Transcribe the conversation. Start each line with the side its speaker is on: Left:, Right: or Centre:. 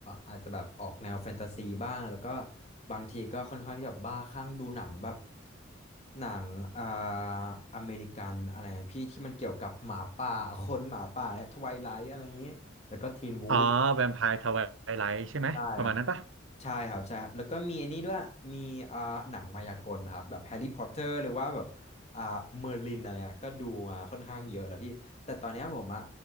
Left: อาจจะแบบออกแนวแฟนตาซีบ้างแล้วก็บางทีก็ค่อนข้างที่แบบบ้าคลั่งดูหนังแบบหนังอ่าอเมริกันอะไรพี่ที่มันเกี่ยวกับหมาป่าคนหมาป่าและทไวไลท์อะไรอย่างนี้แล้วก็ทีนวูฟ
Right: อ๋อ แวมไพร์ทไวไลท์ใช่ไหม
Left: ได้ครับ
Right: ประมาณนั้นปะ
Left: ใช่ครับใช่ครับแล้วก็มีอันนี้ด้วยมีอ่าหนังมายากลครับแบบแฮร์รี่พอตเตอร์หรือว่าแบบอ่าเมอร์ลินอะไรอ่ะก็ดูมาค่อนข้างเยอะแล้วพี่แต่ตอนเนี้ยผมอ่ะ